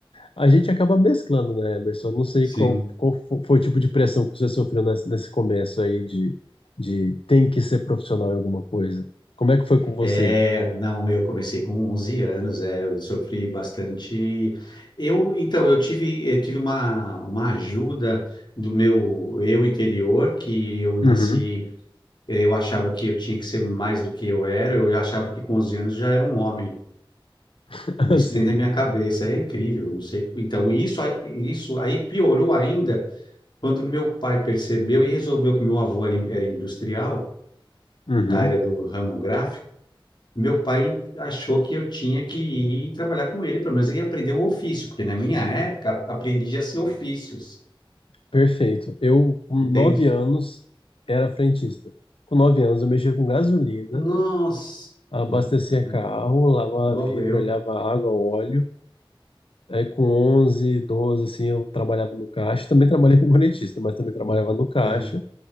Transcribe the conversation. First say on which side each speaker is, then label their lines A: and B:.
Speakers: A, on the left (about 75°); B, on the left (about 55°).
A: A gente acaba mesclando, né, Emerson? Não sei
B: Sim.
A: qual, qual fo- foi o tipo de pressão que você sofreu nesse, nesse começo aí de, de tem que ser profissional em alguma coisa. Como é que foi com você?
B: É, não, eu comecei com onze anos, é, eu sofri bastante. Eu, então, eu tive, eu tive uma, uma ajuda do meu eu interior, que eu nasci,
A: Uhum.
B: eu achava que eu tinha que ser mais do que eu era, eu achava que com 11 anos já era um homem.
A: <laughs>
B: Isso
A: Assim.
B: dentro da minha cabeça, é incrível, não sei. Então, isso, a- isso aí piorou ainda quando meu pai percebeu e resolveu que meu avô era, in- era industrial,
A: Uhum.
B: da área do ramo gráfico. Meu pai achou que eu tinha que ir trabalhar com ele, pelo menos ele aprender o ofício, porque na minha época aprendia-se ofícios,
A: Perfeito. Eu, com
B: entende?
A: nove anos, era frentista. Com nove anos, eu mexia com gasolina,
B: Nossa,
A: abastecia
B: Hum,
A: carro,
B: é,
A: lavava
B: igual
A: vidro,
B: eu,
A: olhava água, óleo. Aí, com 11 12 assim, eu trabalhava no caixa. Também trabalhei como frentista, mas também trabalhava no caixa.
B: né?